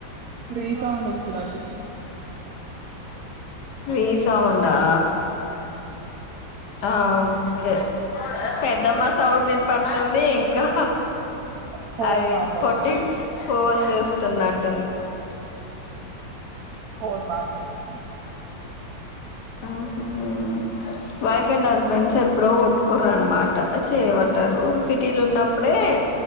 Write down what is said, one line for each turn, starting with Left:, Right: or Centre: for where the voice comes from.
Right: రీసౌండ్ వస్తునట్టుంది
Left: రీసౌండ్ ఆ ఆ ఓకే పెద్దమ్మ సౌండ్ ఇన్పడుతుంది ఇంకా
Right: ఫోన్
Left: అది
Right: మాట్లాడుతు
Left: పోట్టి ఫోన్ చూస్తున్నట్
Right: అ ఫోన్ మాట్లాడతుంది
Left: మ్మహ్ వైఫ్ అండ్ హస్బెండ్ స ఎప్పుడో కోట్ కుర్ అన్నమాట చేపట్టారు సిటీలు ఉన్నప్పుడే